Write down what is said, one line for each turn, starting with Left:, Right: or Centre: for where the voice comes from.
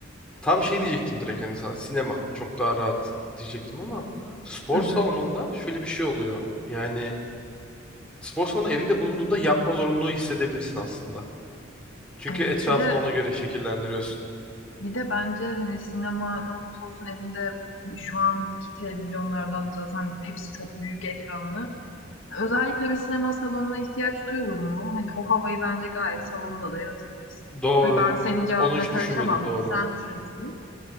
Centre: tam şey diyecektim direkt hani sana sinema çok daha rahat diyecektim ama spor
Left: Hı hı.
Centre: salonunda şöyle bir şey oluyor. Yani spor salonu evinde bulunduğunda yapma zorunluluğu hissedebilirsin aslında. Çünkü
Left: Evet
Centre: etrafını
Left: bir de
Centre: ona göre şekillendiriyorsun.
Left: bir de bence hani sinema ne olursa olsun evinde şu anki televizyonlardan zaten hepsi çok büyük ekranlı. Özellikle bir sinema salonuna ihtiyaç duyulur mu? Hani o havayı bence gayet salonda da yaratabilirsin.
Centre: Doğru.
Left: Tabii Ben senin cevabına
Centre: Onu hiç
Left: karışamam.
Centre: düşünmedim doğru.
Left: Sen düşünürsün bunu.